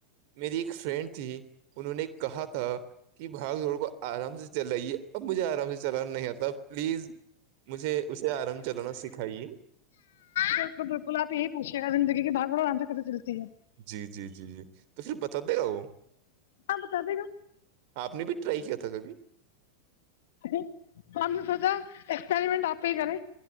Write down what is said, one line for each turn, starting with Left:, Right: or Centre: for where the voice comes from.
Right: میری ایک فرینڈ تھی انہوں نے کہا تھا کہ بھاگ دوڑ کو آرام سے چلو یہ اب مجے رہا ہوں چلانا نہیں آتا پلیز مجھے اسے آرام چلانا سکھائیے
Left: بالکل بالکل آپ یہی پوچھیے گا زندگی کی بھبگ دوڈ آرام سے کتے چلتی ہے
Right: جی جی جی جی تو پھر بتا دے گا وہ
Left: ہاں بتا دے گا
Right: آپ نے بھی ٹرائی کیا تھا کبھی
Left: اے تو ہم نے سھا ایکسپریمٹ آپ ہی کریں